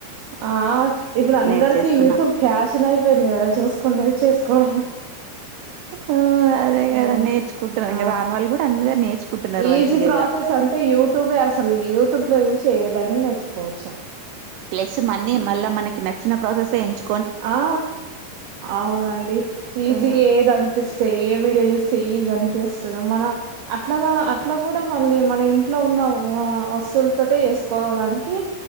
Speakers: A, on the right; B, on the right.
A: అ ఆ ఇప్పుడందరికి
B: నేర్చేసుకున్నా
A: యూట్యూబ్ ఫ్యాషన్ అయిపోయింది కదా చూసుకునేవి చేసుకోవడం
B: ఓ అదే
A: ఊ
B: కదా నేర్చుకుంటున్నారు ఇంక
A: ఆ
B: రాని వాళ్ళు కూడా అందరు నేర్చుకుంటున్నారు
A: ఈజీ
B: మంచిగా
A: ప్రాసెస్
B: ఇగ
A: అంటే యూట్యూబే అసలు యూట్యూబ్ ల చూసి ఏదైన్ నేర్చుకోవచ్చు
B: ప్లస్ మన్ని
A: హ్మ్.
B: మళ్ళ మనకి నచ్చిన ప్రాసెసె ఎంచు
A: ఆ అవునండి ఈజీగా
B: హ్మ్.
A: ఏదనిపిస్ చేయ్యే వీడియో చూస్ ఈజ్ అనిపిస్తదో మన అట్లాగా అట్లా కూడా మళ్ళీ మన ఇంట్లో ఉన్న వ్ వస్తువులతోటే ఏస్కోవడానికి